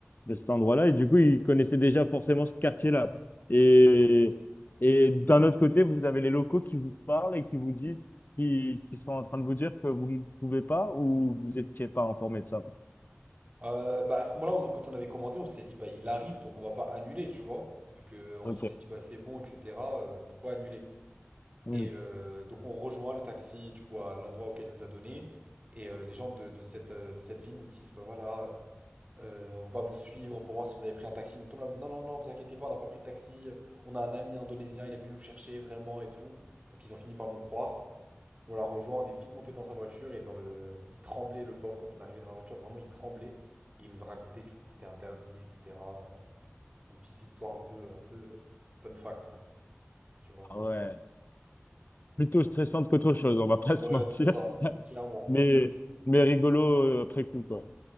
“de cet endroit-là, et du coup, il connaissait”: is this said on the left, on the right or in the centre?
Left